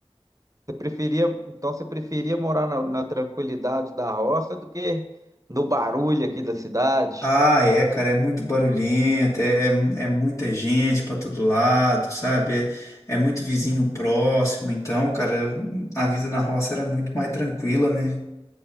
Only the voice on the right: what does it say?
você preferia, então você preferia morar na, na tranquilidade da roça do que no barulho aqui da cidade?